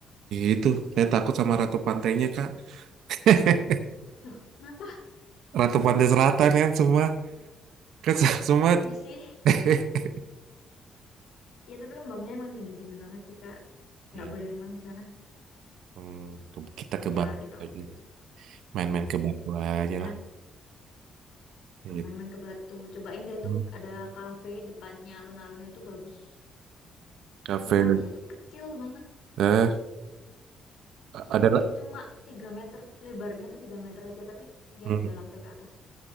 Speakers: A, on the right (about 80°); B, on the left (about 75°).
A: itu saya takut sama ratu pantainya kak <laughs>
B: Loh, kenapa?
A: Ratu Pantai Selatan kan semua kan se- semua
B: Iya sih.
A: <laughs>
B: Ya tapi ombaknya emang tinggi-tinggi banget sih, Kak. Nggak
A: Iya.
B: boleh renang di sana.
A: Hmm, ke- kita ke
B: Ya
A: Bagua
B: itu
A: aja.
B: aja sih.
A: Main-main ke Bagua aja
B: Enak
A: lah. Gitu.
B: main-main ke Batu. Cobain deh
A: Hmm.
B: tuh ada kafe depannya alun-alun itu bagus.
A: Cafe.
B: Ya kafenya tuh kecil banget.
A: Eh,
B: Iya
A: ada
B: kayak
A: lah.
B: cuma 3 meter. Lebarnya tuh 3 meter aja tapi dia
A: Hmm.
B: tiga lantai ke atas.